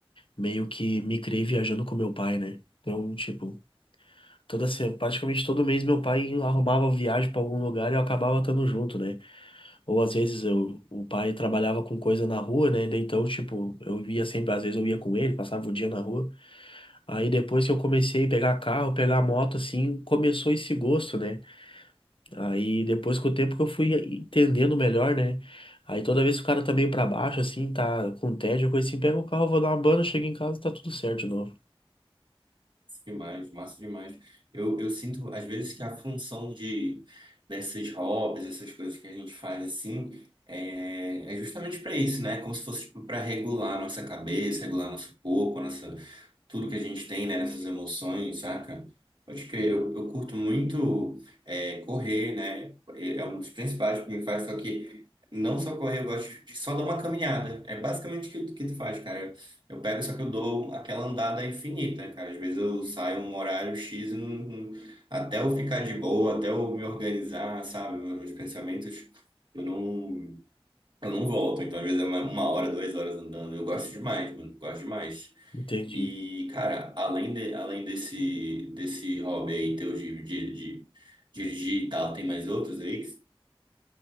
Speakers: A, on the left; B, on the right.
A: meio que me criei viajando com meu pai, né? Então, tipo, Toda se- praticamente todo mês meu pai arrumava viagem para algum lugar e eu acabava estando junto, né? Ou às vezes eu, o pai trabalhava com coisa na rua, né? Daí Então, tipo, eu ia sempre, às vezes eu ia com ele, passava o dia na rua. Aí depois que eu comecei a pegar carro, pegar moto, assim, começou esse gosto, né? Aí depois com o tempo que eu fui entendendo melhor, né? Aí toda vez que o cara tá meio pra baixo, assim, tá com tédio, coisa assim, pega o carro, vou dar uma banda, chego em casa, tá tudo certo de novo.
B: Demais, massa demais. Eu, eu sinto, às vezes, que a função de desses hobbies, essas coisas que a gente faz assim, é, é justamente para isso, né? Como se fosse tipo, para regular a nossa cabeça, regular nosso corpo, nossa tudo que a gente tem, né, nessas emoções, saca? Pode crer, eu, eu curto muito é, correr, né? É um dos principais que me faz, só que não só correr, eu gosto de só dar uma caminhada. É basicamente o que, tu- que tu faz, cara. Eu, eu pego, só que eu dou aquela andada infinita, cara. Às vezes eu saio um horário X e não, não- até eu ficar de boa, até eu me organizar, sabe? Meus, meus pensamentos, eu não, eu não volto. Então, às vezes é uma, uma hora, duas horas andando. Eu gosto demais, mano. Gosto demais.
A: Entendi.
B: E, cara, além, de, além desse, desse hobby aí teu de, de, de dirigir e tal, tem mais outros aí? que-